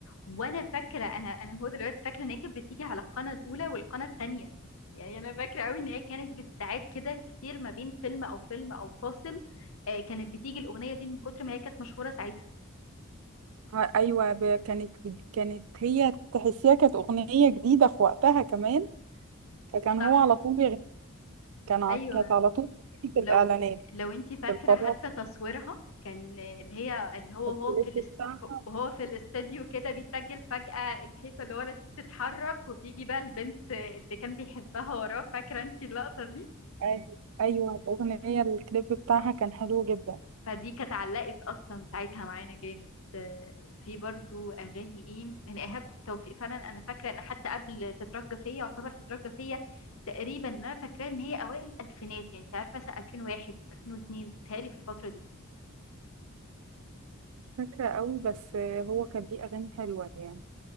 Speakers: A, on the left; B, on the right.
A: وانا فاكره انا انا هو دلوقتي فاكره ان هي كانت بتيجي على القناه الاولى والقناه الثانيه يعني انا فاكره قوي ان هي كانت بتتعاد كده كتير ما بين فيلم او فيلم او فاصل آه كانت بتيجي الاغنيه دي من كتر ما هي كانت مشهوره ساعتها
B: ع- أيوة ب- كانت جد- كانت هي تحسيها كانت أغنية جديدة في وقتها كمان فكان
A: صح
B: هو على طول بيغ... كان ع-
A: ايوه
B: كانت على طول في
A: لو
B: الإعلانات
A: لو انت فاكره
B: في الفضاء
A: حتى تصويرها كان اللي هي اللي هو
B: في الكليب
A: هو في الاس-
B: بتاعها
A: ف- وهو في الاستديو كده بيسجل فجأة الحيطة اللي ورا دي بتتحرك وبيجي بقى البنت اللي كان بيحبها وراه فاكرة انت اللقطة دي
B: أي- أيوة الأغنية الكليب بتاعها كان حلو جدا
A: فدي كانت علقت اصلا ساعتها معانا جامد آه، في برضو اغاني ايه يعني ايهاب توفيق فعلا انا فاكره ان حتى قبل تترجى فيا يعتبر تترجى فيا تقريبا انا فاكراه ان هي اوائل الالفينات يعني انت عارفه مثلا 2001 2002 بتهيألي في الفتره دي
B: فاكرة أوي بس هو كان ليه أغاني حلوة يعني